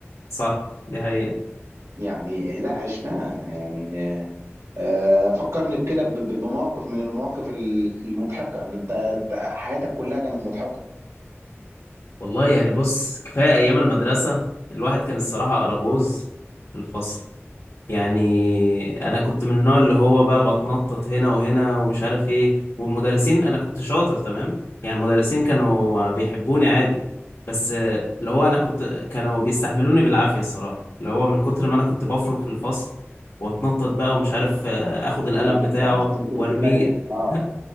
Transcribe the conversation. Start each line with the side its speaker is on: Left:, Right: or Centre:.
Left: صح دي حقيقة
Right: يعني لا عشناها يعني آه فكرني بكده ب- ب- بموقف من المواقف ال- المضحكة إن أنت أنت حياتك كلها كانت مضحكة
Left: والله يعني بص كفايه ايام المدرسه الواحد كان الصراحه اراجوز في الفصل يعني انا كنت من النوع اللي هو بقى بتنطط هنا وهنا ومش عارف ايه والمدرسين انا كنت شاطر تمام يعني المدرسين كانوا بيحبوني عادي بس اللي هو انا كنت كانوا بيستحملوني بالعافية الصراحة اللي هو من كتر ما انا كنت بفرك في الفصل واتنطط بقى ومش عارف آه، اخد القلم
Right: أه
Left: بتاعه
Right: يعني ما كنتش
Left: وارميه
Right: بتريح أه
Left: <laughs>